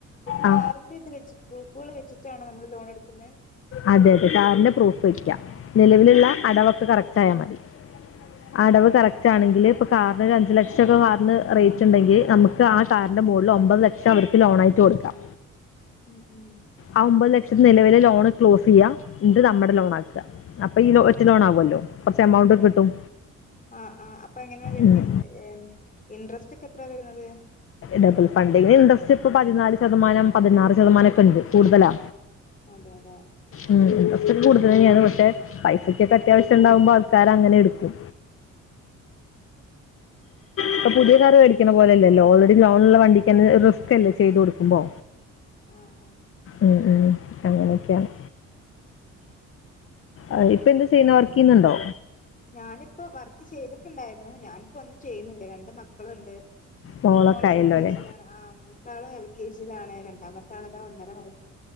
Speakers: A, on the left; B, on the left.
A: കാറിന്റെ
B: ആ
A: ഇത് വെച്ചിട്ട് പ്രൂഫുകൾ വെച്ചിട്ടാണോ നമ്മൾ ലോൺ എടുക്കുന്നേ
B: അതെ അതെ കാറിന്റെ പ്രൂഫ് വെയ്ക്കാം നിലവിലുള്ള അടവൊക്കെ കറക്റ്റ് ആയാൽ മതി.
A: ആഹ്
B: അടവ്
A: ആഹ്
B: കറക്റ്റ് ആണെങ്കിൽ കാറിന് രണ്ട് ലക്ഷമൊക്കെ കാറിന് റേറ്റ് ഉണ്ടെങ്കിൽ നമുക്ക് ആ കാറിന്റെ മുകളിൽ ഒമ്പത് ലക്ഷം അവർക്ക് ലോൺ ആയിട്ട് കൊടുക്കാം.
A: ഉം ഉം
B: അഹ് ഓൺപത് ലക്ഷ,, നിലവിൽ ലോൺ ക്ലോസ് ചെയ്യാം എന്നിട്ട് നമ്മുടെ ലോൺ ആക്കുക അപ്പൊ ഈ ഒറ്റ ലോൺ ആവുമല്ലോ കുറച്ച് എമൗണ്ട്
A: ആഹ്
B: കിട്ടും
A: ആഹ് ആഹ് അപ്പൊ എങ്ങനെയാ വരുന്നീൻ്റെ
B: ഉം.
A: ഇൻട്രസ്റ്റ് ഒക്കെ എത്ര വരുന്നത്
B: ഡബിൾ ഫണ്ടിന് ഇൻട്രസ്റ്റ് ഇപ്പൊ പതിനാല് ശതമാനം പതിനാറ് ശതമാനമൊക്കെ ഉണ്ട് കൂടുതലാ
A: അതെ അതെ
B: ഉം ഇൻടറസ്റ്റ് ഒക്കെൂടുതലാണ് തന്നെയാണ് പക്ഷേ പൈസക്കൊക്കെ അത്യാവശ്യം ഉണ്ടാവുമ്പോൾ ആൾക്കാർ അങ്ങനെ എടുക്കും ഇപ്പൊ പുതിയ കാർ മേടിക്കണ പോലെയല്ലല്ലോ ഓൾറെഡി ലോൺ ഉള്ള വണ്ടിക്ക് തന്നെ റിസ്ക് അല്ലേ ചെയ്തു കൊടുക്കുമ്പോ
A: ആഹ് ആഹ്
B: ഉം ഉം അങ്ങനെയൊക്കെയാണ് അഹ് ഇപ്പൊ എന്താ ചെയ്യുന്നേ വർക്ക് ചെയ്യുന്നുണ്ടോ
A: ഞാനിപ്പോ വർക്ക് ചെയ്തിട്ടുണ്ടായിരുന്നു ഞാനിപ്പോ ഒന്നും ചെയ്യുന്നില്ലേ രണ്ട് മക്കളുണ്ട്
B: മോളൊക്കെ
A: ഒരു മോൾ
B: ആയല്ലോ
A: എൽ കെ
B: അല്ലേ
A: ജി യിലാണ്. ആഹ് മൂത്താൾ എൽ കെ ജി യിലാണ് രണ്ടാമത്തെ ആളതാ ഒന്നര വയസ്